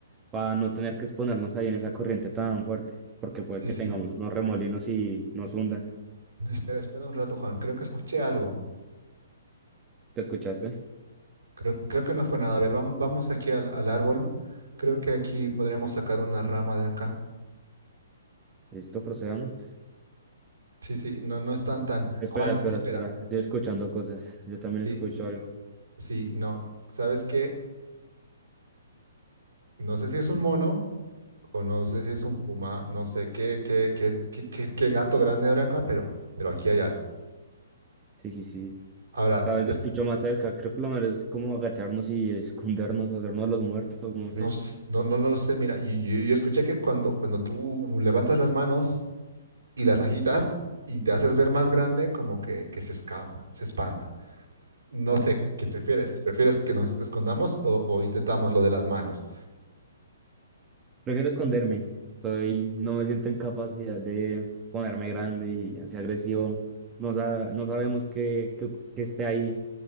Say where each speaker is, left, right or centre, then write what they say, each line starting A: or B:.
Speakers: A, on the right (about 20°); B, on the right (about 75°).
A: para no tener que exponernos ahí en esa corriente tan fuerte, porque puede
B: sí,
A: que
B: sí.
A: tengamos unos remolinos y nos hundan.
B: Espera, espera un rato, Juan. Creo que escuché algo.
A: ¿Te escuchaste?
B: Creo, creo que no fue nada. A ver, vamos, vamos aquí al, al árbol. Creo que aquí podríamos sacar una rama de acá.
A: Listo, procedamos.
B: Sí, sí, no, no están tan.
A: Espera,
B: Juan,
A: espera,
B: espera.
A: espera. Estoy escuchando cosas. Yo también
B: Sí,
A: escucho algo.
B: sí, no. ¿Sabes qué? No sé si es un mono o no sé si es un puma, no sé qué, qué, qué, qué, qué, qué gato grande habrá acá, pero, pero aquí hay algo.
A: Sí, sí, sí.
B: Ahora,
A: Cada vez
B: es,
A: lo escucho más cerca. Creo que lo mejor es como agacharnos y escondernos o hacernos los muertos, no
B: no,
A: sé.
B: s- no, no, no lo sé, mira, y- yo, yo escuché que cuando, cuando tú levantas las manos y las agitas y te haces ver más grande, como que, que se escapa, se espanta. No sé, ¿qué prefieres? ¿Prefieres que nos escondamos o, o intentamos lo de las manos?
A: Prefiero esconderme. Estoy, no me siento en capacidad de ponerme grande y así agresivo. No, sa- no sabemos qué, qué, qué esté ahí,